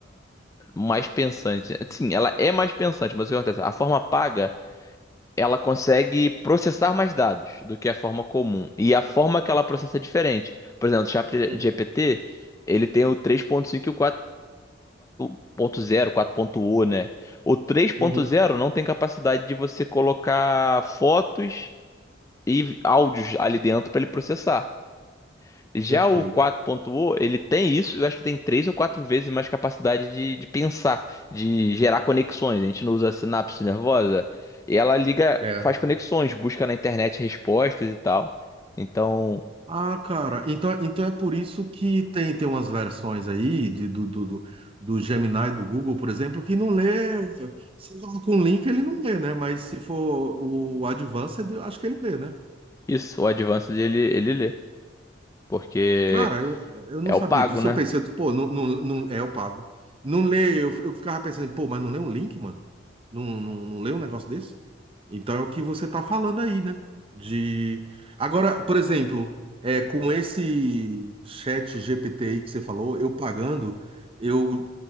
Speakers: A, on the left; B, on the right.
A: mais pensante. Sim, ela é mais pensante, mas o que acontece? A forma paga ela consegue processar mais dados do que a forma comum. E a forma que ela processa é diferente. Por exemplo, o ChatGPT,
B: Hum,
A: ele tem o 3.5 e o 4.4.0, 4.0, né? O três ponto
B: uhum,
A: zero não tem capacidade de você colocar fotos e áudios ali dentro para ele processar. Já
B: perfeito.
A: o 4.0, ele tem isso, eu acho que tem três ou quatro vezes mais capacidade de, de pensar, de gerar conexões. A gente não usa a sinapse nervosa, e ela liga,
B: É.
A: faz conexões, busca na internet respostas e tal. Então,
B: Ah, cara, então, então é por isso que tem, tem umas versões aí de- do, do, do, do Gemini do Google, por exemplo, que não lê. Se coloca um link, ele não lê, né? Mas se for o Advanced, acho que ele lê, né?
A: isso, o Advanced ele, ele lê, porque
B: Cara, eu, eu não
A: é o
B: sabia
A: pago,
B: disso.
A: né?
B: Eu pensei, eu disse, pô, não, não, não, é, eu pago. Não leio, eu, eu ficava pensando, pô, mas não lê um link, mano? Não, não, não lê um negócio desse? Então é o que você tá falando aí, né? De. Agora, por exemplo, é, com esse chat GPT aí que você falou, eu pagando, eu